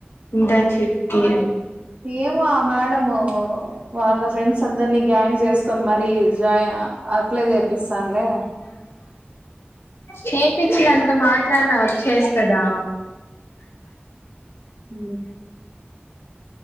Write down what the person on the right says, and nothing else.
ఏమో ఆ మేడము వాళ్ళ ఫ్రెండ్స్ అందరినీ గ్యాంగ్ చేస్త. అతను మరి ఛాయా అప్లై చేపిస్తోందా.
ఉ